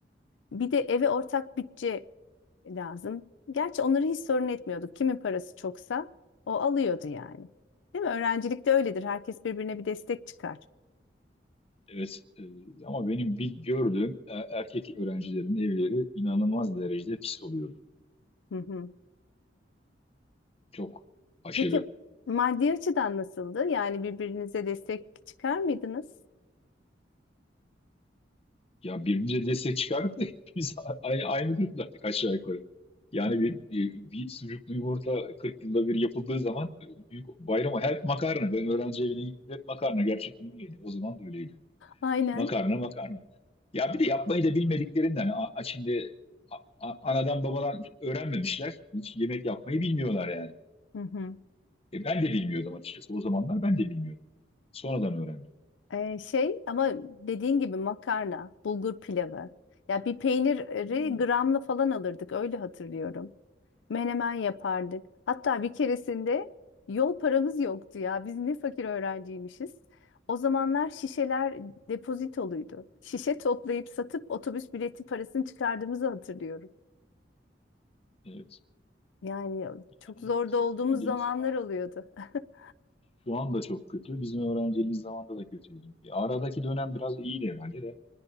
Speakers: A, on the left (about 85°); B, on the left (about 35°).
A: Bir de eve ortak bütçe lazım. Gerçi onları hiç sorun etmiyorduk. Kimin parası çoksa o alıyordu yani. Değil mi? Öğrencilikte öyledir. Herkes birbirine bir destek çıkar.
B: Evet e, ama benim bir gördüğüm e, erkek öğrencilerin evleri inanılmaz derecede pis oluyordu.
A: Hı hı.
B: Çok aşırı.
A: Peki maddi açıdan nasıldı? Yani birbirinize destek çıkar mıydınız?
B: Ya birbirimize destek çıkardık da hepimiz a- a- aynı durumdaydık aşağı yukarı. Yani bir, bir bir sucuklu yumurta 40 yılda bir yapıldığı zaman e, büyük bayrama hep makarna. Ben öğrenci evine gittim hep makarna gerçekten öyleydi. O zaman da öyleydi.
A: Aynen.
B: Makarna makarna. Ya bir de yapmayı da bilmediklerinden a, a- şimdi a- a- anadan babadan öğrenmemişler. Hiç yemek yapmayı bilmiyorlar yani.
A: Hı hı.
B: E ben de bilmiyordum açıkçası. O zamanlar ben de bilmiyordum. Sonradan öğrendim.
A: Ee, şey ama dediğin gibi makarna, bulgur pilavı. Ya bir peyniri
B: Hmm,
A: gramla falan alırdık öyle hatırlıyorum. Menemen yapardık. Hatta bir keresinde yol paramız yoktu ya. Biz ne fakir öğrenciymişiz. O zamanlar şişeler depozitoluydu. Şişe toplayıp satıp otobüs bileti parasını çıkardığımızı hatırlıyorum.
B: Evet.
A: Yani çok
B: Yani
A: zorda
B: bizim
A: olduğumuz
B: öğrenciliğimiz
A: zamanlar oluyordu. <laughs>
B: Şu anda çok kötü. Bizim öğrenciliğimiz zamanında da kötüydü. Ya aradaki dönem biraz iyiydi herhalde de.